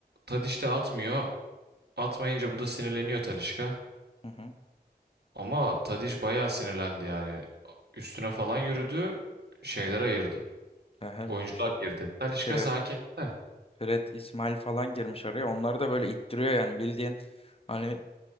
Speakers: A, on the right; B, on the left.
A: Tadic de atmıyor. Atmayınca bu da sinirleniyor Talisca.
B: Hı hı.
A: Ama Tadiş bayağı sinirlendi yani. Üstüne falan yürüdü. Şeyler
B: He.
A: ayırdı.
B: He he.
A: Oyuncular
B: Fir-
A: girdi. Talisca
B: Fred,
A: sakin. de.
B: Fred, İsmail falan girmiş araya. Onları da böyle ittiriyor yani bildiğin. Hani